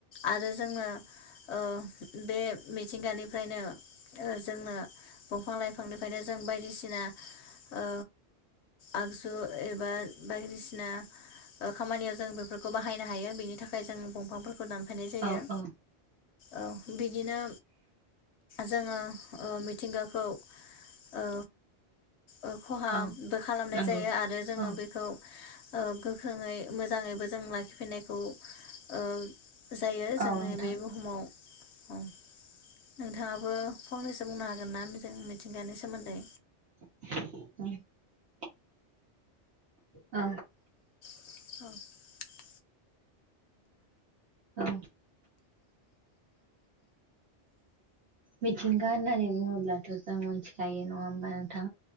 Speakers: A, on the left; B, on the right.
A: आरो जोङो ओ बे मिथ मिथिंगानिफ्रायनो ओ जोंनो दंफां लाइफांनिफ्रायनो जों बायदिसिना ओ आगजु एबा बायदिसिना ओ खामानियाव जों बेब फोरखौ बाहायनो हायो बेनि थाखाय जों दंफांफोरखौ दानफायनाय जायो।
B: औ औ
A: औ बिदिनो जोङो ओ मिथ मिथिंगाखौ ओ ओ खहाबो
B: औ
A: खालामनाय
B: नंगौ
A: जायो आरो जोङो
B: औ
A: बेखौ ओ गोख्रोङै मोजाङैबो जों लाखिफिनायखौ ओ जायो जोंनि
B: औ नोंथां
A: बे बुहुमाव अ नोंथाङाबो फंनैसो बुंनो हागोन ना मोजांङै मिथिंगानि सोमोन्दै?
B: उम <inaudible> औ
A: <inaudible>
B: औ मिथिंगा होननानै बुङोब्लाथ' जों मिथिखायो नङा होमबा नोंथां